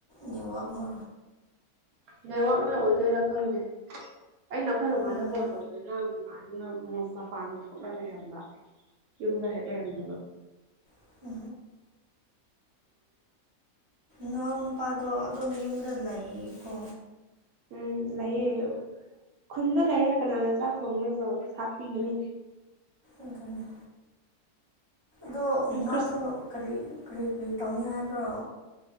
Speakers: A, on the right (about 20°); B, on the right (about 80°).
A: ꯅꯦꯠꯋꯥꯛ ꯅ
B: ꯅꯦꯠꯋꯥꯛꯅ ꯑꯣꯏꯗꯣꯏꯔꯥ ꯈꯪꯗꯦ ꯑꯩꯅ ꯑꯩꯈꯣꯏ ꯃꯃꯥꯗ
A: ꯎꯝ ꯎꯝ
B: ꯀꯣꯜ ꯇꯧꯕꯗꯨꯅ ꯃꯃꯥꯗꯨꯅ ꯃꯤꯟꯁ ꯃꯄꯥꯟ ꯊꯣꯛꯂ ꯂꯩꯔꯝꯕ ꯌꯨꯝꯗ ꯍꯦꯛ ꯂꯩꯔꯝꯗꯕ
A: <unintelligible> ꯅꯪ ꯅꯨꯄꯥꯗꯣ ꯑꯗꯨꯝ ꯌꯨꯝꯗ ꯂꯩꯀꯣ
B: ꯎꯝ ꯂꯩꯌꯦ ꯈꯨꯟꯗ ꯂꯩꯔ ꯀꯅꯥꯅ ꯆꯥꯛ ꯊꯣꯡꯂꯒ ꯊꯥꯛꯄꯤꯒꯅꯤ
A: ꯑꯗꯨꯅꯦ ꯑꯗꯣ
B: ꯎꯝ
A: ꯃꯥꯗꯣ
B: ꯈ꯭ꯔꯤꯁ
A: ꯀꯔꯤ ꯀꯔꯤ ꯀꯔꯤ ꯇꯧꯅꯤ ꯍꯥꯏꯕ꯭ꯔꯣ